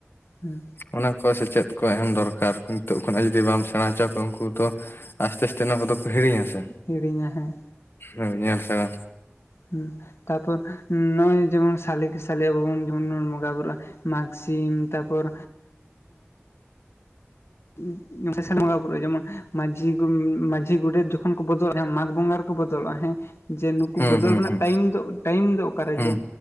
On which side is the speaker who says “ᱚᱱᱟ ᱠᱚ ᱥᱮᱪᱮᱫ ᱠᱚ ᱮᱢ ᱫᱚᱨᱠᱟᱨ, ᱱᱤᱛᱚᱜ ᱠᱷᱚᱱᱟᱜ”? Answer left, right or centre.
Left